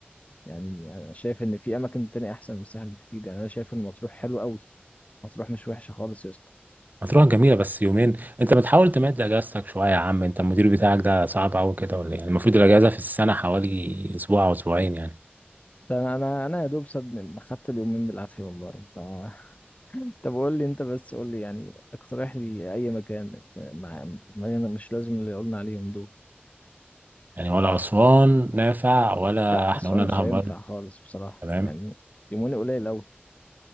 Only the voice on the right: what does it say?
هتروح جميلة بس يومين انت بتحاول تمد اجازتك شوية يا عم انت المدير بتاعك ده صعب قوي كده ولا ايه يعني المفروض الاجازة في السنة حوالي اسبوع او اسبوعين يعني
يعني ولا اسوان نافع ولا
احنا
قلنا
دهب
برضه
تمام